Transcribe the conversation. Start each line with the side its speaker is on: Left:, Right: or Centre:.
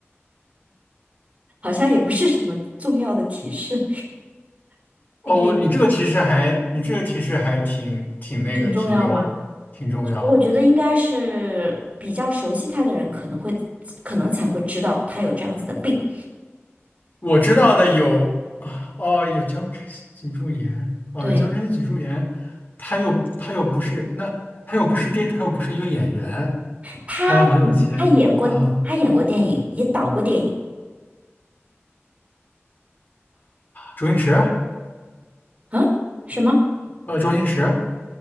Right: 好像也不是什么重要的提示，<laughs>
Left: 哦，
Right: 你可以
Left: 你这个提示还，你这个提示还挺挺那个，
Right: 很重要吗？
Left: 挺有挺重要。
Right: 我觉得应该是比较熟悉他的人可能会可能才会知道他有这样子的病。
Left: 我知道的有啊，哦，有僵直性脊柱炎，哦，
Right: 对，
Left: 有僵直性脊柱炎，他又他又不是那他又不是电，他又不是一个演员，
Right: 他，
Left: 他还很有钱啊。
Right: 他演过他演过电影，也导过电影
Left: 周星驰，
Right: 啊？什么？
Left: 呃，周星驰